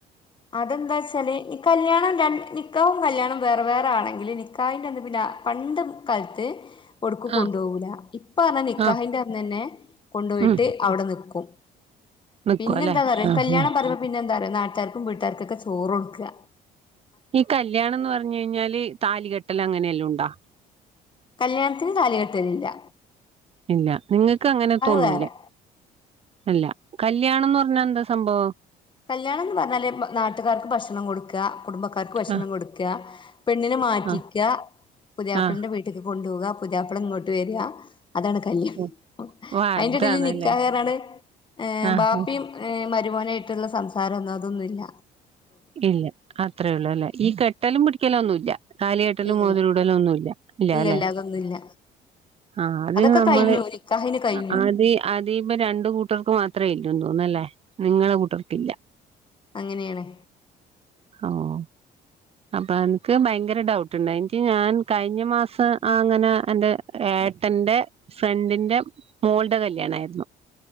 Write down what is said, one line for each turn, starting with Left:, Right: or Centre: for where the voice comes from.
Left: അതെന്താച്ചാല് ഇ കല്യാണം ര നി ക്കാഹും കല്യാണും വേറെ വേറെ ആണെങ്കില് നിക്കാഹിന്റെ അന്ന് പിന്നെ പണ്ട് കാൽത്ത് ഒട്ക്കും
Right: ആഹ്
Left: കൊണ്ടോവൂല. ഇപ്പാർഞ്ഞാ നിക്കാഹിന്റെ
Right: ആഹ്
Left: അന്നന്നെ കൊണ്ടൊയിട്ട്
Right: ഉം
Left: അവ്ടെ നിക്കും.
Right: നിക്കുവല്ലേ
Left: പിന്നെന്താന്നറിയൊ
Right: ആഹ്
Left: കല്യാണം
Right: ആഹ്
Left: പറിമ്പം പിന്നെന്താറിയൊ നാട്ടാര്ക്കും വീട്ടാര്ക്കൊക്കെ ചോറൊട്ക്കാ
Right: ഈ കല്യാണന്ന് പർഞ്ഞഴിഞ്ഞാല് താലികെട്ടല് അങ്ങനെല്ലെ ഉണ്ടാ?
Left: കല്യാൺത്തിന് താലികെട്ടലില്ല.
Right: ഇല്ല നിങ്ങക്ക് അങ്ങനെത്തൊ ഒന്നുല്ല.
Left: വേറെ
Right: ഇല്ല കല്യാണംന്ന് പറഞ്ഞാ എന്താ സംഭവം?
Left: കല്യാണംന്ന് പർഞ്ഞാല് നാട്ട്കാർക്ക് ഭക്ഷണം കൊട്ക്കാ കുടുംബക്കാർക്ക് ഭക്ഷണം
Right: ആഹ്
Left: കൊട്ക്കാ പെണ്ണിനെ മാറ്റിക്കാ
Right: ആഹ്
Left: പുതിയാപ്പൾന്റെ
Right: ആഹ്
Left: വീട്ട്ക്ക് കൊണ്ടോകാ പുതിയാപ്പള ഇങ്ങോട്ട് വരാ അതാണ് കല്യാണം
Right: ഓ ഓ അതാണല്ലേ
Left: അയിന്റെ എടീല് നിക്കാഹ് അർഞ്ഞാണ്ട്
Right: ആഹ്
Left: ബാപ്പിം ഏ മരുമോനായിട്ടുള്ള സംസാരംന്നും അതൊന്നുല്ല.
Right: ഇല്ല അത്രേ ഒള്ളൂ അല്ലേ. ഈ കെട്ടലും പിടിക്കലൊന്നുല്ല. താലികെട്ടലും
Left: ഇല്ലില്ല
Right: മോതിരടലും ഒന്നുംല്ല ഇല്ല
Left: ഇല്ലില്ല
Right: അല്ലെ.
Left: അതൊന്നുമില്ല
Right: ആദ്യ
Left: അതൊക്കെ
Right: നമ്മള്
Left: കഴിഞ്ഞു നിക്കാഹിന് കഴിഞ്ഞു
Right: അതി അതീമ്മ രണ്ടു കൂട്ടർക്ക് മാത്രേ ഇല്ലന്നു തോന്നുല്ലേ നിങ്ങളെ കൂട്ടർക്കില്ല.
Left: അങ്ങനേണ്.
Right: ഓഹ് അപ്പ ഇൻക്ക് ഭയങ്കര ഡൗട്ട്ണ്ടായി ഇൻക്ക് ഞാൻ കഴിഞ്ഞ മാസം അങ്ങനെ എന്റെ ഏട്ടന്റെ ഫ്രണ്ടിന്റെ മോള്ടെ കല്യാണായ്രുന്നു.